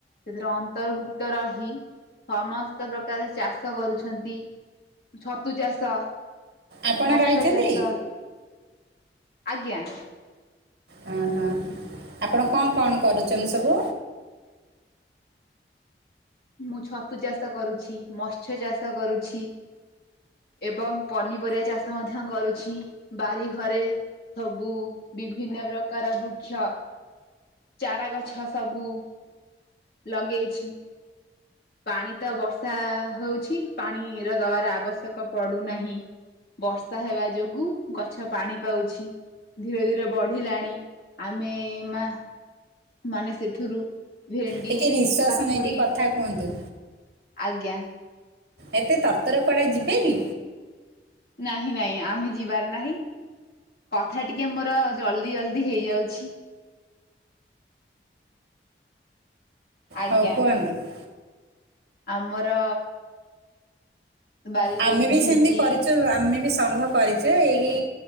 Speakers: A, on the left (about 60°); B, on the right (about 70°).
A: ସେଥିରେ ଅନ୍ତର୍ଭୁକ୍ତ ରହି ସମସ୍ତ ପ୍ରକାର ଚାଷ କରୁଛନ୍ତି। ଛତୁ ଚାଷ
B: ଆପଣ
A: ମତ୍ସ୍ୟ
B: ରହିଛନ୍ତି
A: ଚାଷ ଆଜ୍ଞା।
B: ହଁ ହଁ ଆପଣ କଣ କଣ କରୁଚନ୍ତି ସବୁ।
A: ମୁଁ ଛତୁ ଚାଷ କରୁଛି ମତ୍ସ୍ୟ ଚାଷ କରୁଛି ଏବଂ ପନିପରିବା ଚାଷ ମଧ୍ୟ କରୁଛି ବାରି ଘରେ ସବୁ ବିଭିନ୍ନ ପ୍ରକାର ବୃକ୍ଷ ଚାରା ଗଛ ସବୁ ଲଗେଇଛି। ପାଣି ତ ବର୍ଷା ହୋଉଚି ପାଣିର ଦବାର ଆବଶ୍ୟକ ପଡୁନାହିଁ। ବର୍ଷା ହେବା ଯୋଗୁ ଗଛ ପାଣି ପାଉଚି। ଧୀରେ ଧୀରେ ବଢିଲାଣି ଆମେ ମା ମାନେ ସେଥିରୁ ଭେଣ୍ଡି
B: ଟିକେ ନିଶ୍ୱାସ
A: କାକୁଡି।
B: ନେଇକି କଥା କୁହନ୍ତୁ।
A: ଆଜ୍ଞା।
B: ଏତେ ତର ତର କୁଆଡେ ଯିବେ କି?
A: ନାହିଁ ନାଇଁ ଆମେ ଯିବାର ନାହିଁ। କଥା ଟିକେ ମୋର ଜଲ୍ଦି ଜଲଦି ହେଇଯାଉଛି। ଆଜ୍ଞା
B: ହୋଉ କୁହ <unintelligible>
A: ଆମର ବାରିରେ
B: ଆମେ ବି
A: ଭେଣ୍ଡି
B: ସେମିତି କରିଚୁ ଆମେ ବି ସଂଘ କରିଚୁ ଏଇକି